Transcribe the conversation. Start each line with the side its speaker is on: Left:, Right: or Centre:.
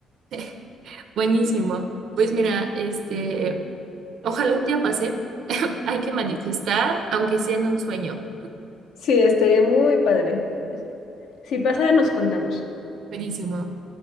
Right: <laughs> Buenísimo. Pues mira, este, ojalá un día pase. <laughs> Hay que manifestar, aunque sea en un sueño.
Left: Sí, estaría muy padre. Si pasa, nos contamos.
Right: Buenísimo.